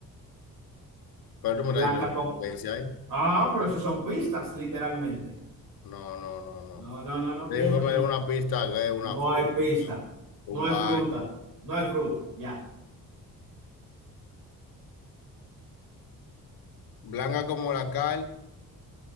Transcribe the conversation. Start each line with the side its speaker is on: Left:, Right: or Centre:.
Left: Pero tú
Right: Blanca
Left: me estás diciendo
Right: como...
Left: lo mismo que dice ahí.
Right: Ah, pero eso son pistas, literalmente.
Left: No, no, no, no.
Right: No, no, no, no,
Left: Te
Right: piensa,
Left: digo que
Right: piensa.
Left: me dé una pista, que es una
Right: No
Left: fruta,
Right: hay pista.
Left: un
Right: No
Left: baño.
Right: es fruta. No es fruta. Ya.
Left: Blanca como la cal,